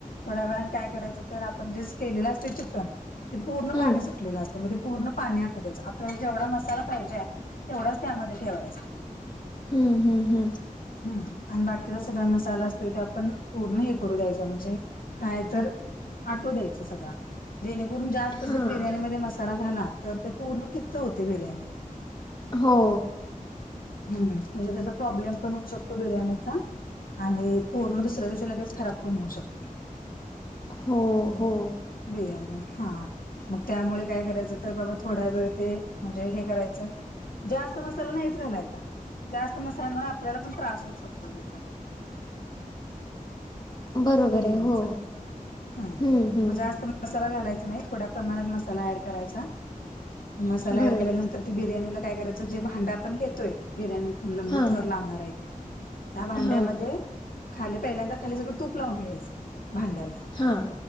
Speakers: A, on the left; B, on the left.
A: थोड्या वेळ काय करायचं, तर आपण जे केलेलं असते. चिकन ते पूर्ण
B: हं,
A: पाणी सुटलेलं असते. मण ते पूर्ण पाणी आठव द्यायच आपल्याला जेवढा मसाला पाहिजे. तेवढाच, त्यामध्ये ठेवायचं.
B: हम्म... हम्म... हम्म
A: हम आणि बाकीचा सगळा मसाला असतोय. ते आपण पूर्ण हे करू द्यायच. म्हणजे काय तर, आटू द्यायच सगळां. जेणेकरून जास्त
B: हां
A: जर बिर्याणी म मसाला झाला, तर ते पूर्ण किच् होते बिर्याणी.
B: हो...
A: ह म्हणजे, त्याचा प्रॉब्लेम पण होऊ शकतो. बिर्याणीचा... आणि पूर्ण दुसऱ्या दिवशी लगेच खराब पण होऊ शकते.
B: हो... हो..
A: बिर्याणी.. हा. मग, त्यामुळे काय करायचं, तर बाबा थोडा वेळ ते म्हणजे हे करायचं. जास्त मसाला नाहीच घालायचा. जास्त मसाल्यामुळे, आपल्याला पण त्रास होऊ शकतो. त्याचा
B: बरोबर
A: बिर्याणीचा
B: आहे हो
A: हम्म..
B: हं, हं.
A: जास्त. मसाला घालायचा नाही. थोड्या प्रमाणात मसाला ऍड करायचा. मसाला
B: बर
A: ऍड केल्यानंतर. बिर्याणीला काय करायचं, जे भांड आपण घेतोय बिर्याणीथनलं म्हणजे
B: हां
A: थर लावणार आहे ते. त्या भांड्यामध्ये,
B: हां
A: खाली पहिल्यांदा खाली, सगळं तूप लावून घ्यायचं भांड्याला.
B: हां...